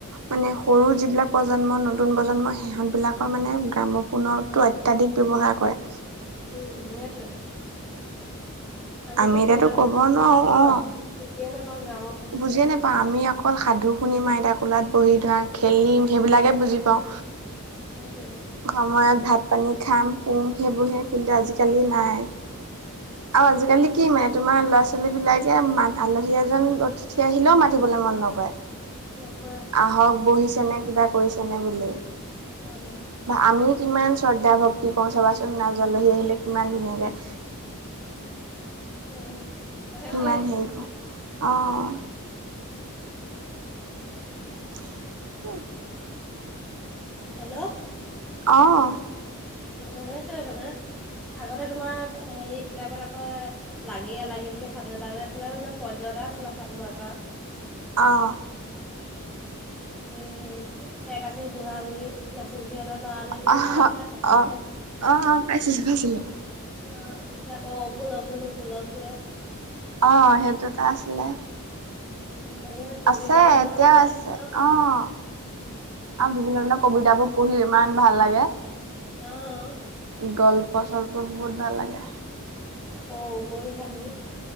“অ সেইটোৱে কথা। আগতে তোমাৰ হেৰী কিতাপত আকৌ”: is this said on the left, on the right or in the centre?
Centre